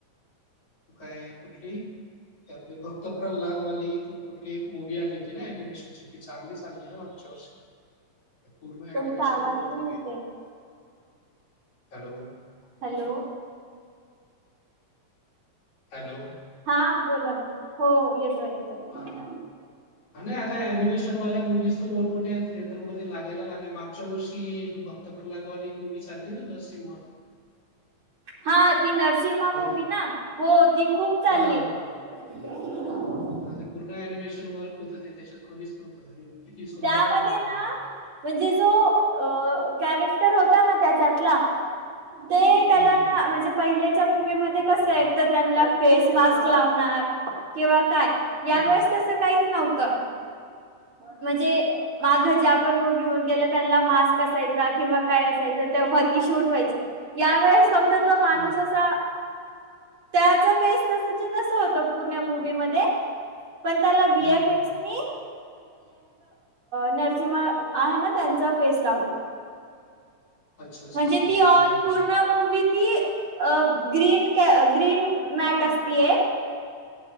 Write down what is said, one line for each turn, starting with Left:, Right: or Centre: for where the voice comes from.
Left: ते काय कुठली? आपले भक्त प्रल्हादवाली कुठली एक मुवी आणली होती ना एनिमेशन किती चांगली चालली ना मागच्या वर्षी? पूर्ण ॲनिमेशन
Right: तुमचा आवाज
Left: वर होती
Right: नाही
Left: ती
Right: येत आहे.
Left: हॅलो.
Right: हॅलो.
Left: हॅलो.
Right: हा बोला ब हो येतोय, येतोय.
Left: हा नाही आता निमेशनवाल्या मुवीस तर मोठमोठ्या थिएटरमध्ये लागायला लागल्या मागच्या वर्षी भक्त प्रल्हादवाली मूवी चालली हो नरसिंह
Right: हा ती नरसिंहा
Left: बघित
Right: मुवी ना हो ती खूप चालली.
Left: हा हा हा,
Right: <inaudible>
Left: ते पूर्ण अनिमेशन वर्क होतं ते त्याच्यात खोलीच नव्हतं आणि किती सुंदर
Right: त्यामध्ये
Left: बाणवलेली.
Right: ना म्हणजे जो अ कॅरेक्टर होता ना त्याच्यातला ते त्यांला
Left: हम्म हम्म
Right: ना म्हणजे पहिल्याच्या मूवी मध्ये कस आहे एक तर त्यांना फेस मास्क लावणार किंवा काय या
Left: हम्म
Right: वेळेस तस काहीच नव्हतं म्हणजे माग जे आपण मूवी होऊन गेल त्यांना मास्क असायचा किंवा काय असायच ते तेव्हा ती शूट व्हायची. या वेळेस फक्त तो माणूस
Left: हम्म हम्म
Right: असा त्याचा फेस तसच्या तस होत पूर्ण मूवी मध्ये. पण त्याला वि, एफ,
Left: हम्म हम्म
Right: एक्स नी नरसिंहा आहे ना त्यांचा फेस लागल.
Left: अच्छा अच्छा
Right: म्हणजे
Left: अच्छा हा
Right: ती ऑल
Left: ॲनिमेशन
Right: पूर्ण मवी ती अ ग्रीन क ग्रीन मॅट असती एक